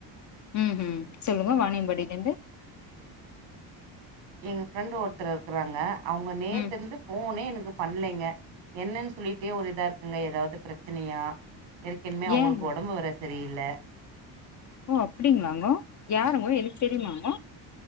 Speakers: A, on the left (about 40°); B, on the right (about 80°).
A: உம் ஹும் சொல்லுங்க வாணியம்பாடிலந்து
B: எங்க ஃப்ரெண்டு் ஒருத்தர் இருக்கறாங்க அவங்க நேத்து
A: ம்
B: இருந்து ஃபோனே எனக்கு பண்லைங்க என்னன்னு சொல்லிட் <unintelligible> ஒரு இதா இருக்குங்க ஏதாவது பிரச்சனையா ஏர்கன்மே அவங்ளுக்கு
A: ஏங்க
B: ஒடம்பு வேற தெரியில
A: ஓ அப்டிங்களாங்கோ யாருங்கோ எனக்கு தெரியுமாங்கோ